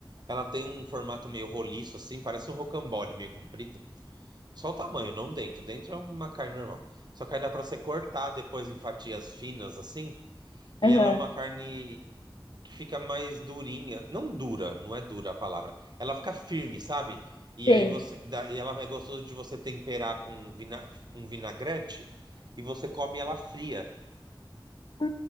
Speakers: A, on the right; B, on the left.
A: Ela tem um formato meio roliço assim, parece um rocambole meio comprido. Só o tamanho, não dentro. Dentro é uma carne normal. Só que aí dá pra você cortar depois em fatias finas assim, e
B: Aham,
A: ela é uma carne que fica mais durinha. Não dura, não é dura a palavra. Ela fica firme, sabe? E
B: sei.
A: aí você. dá- E ela é gostoso de você temperar com vina- um vinagrete e você come ela fria.
B: Ah,